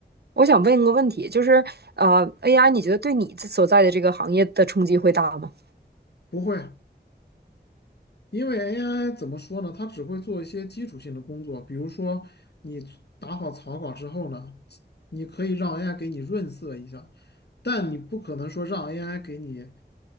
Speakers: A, on the right; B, on the left.
A: 我想问一个问题，就是呃，AI 你觉得对你所在的这个行业的冲击会大吗？
B: 不会，因为 AI 怎么说呢？它只会做一些基础性的工作，比如说你打好草稿之后呢，你可以让 AI 给你润色一下，但你不可能说让 AI 给你